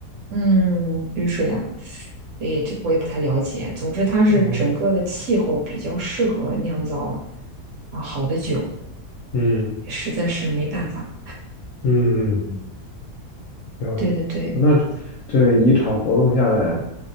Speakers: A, on the right; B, on the left.
A: 嗯，雨水啊。所以这个我也不太了解。总之，它是整个的气候比较适合酿造
B: 哦，
A: 啊好的酒，
B: 嗯
A: 实在是没办法。
B: 嗯嗯，嗯了解。
A: 对对对，
B: 那这一场活动下来，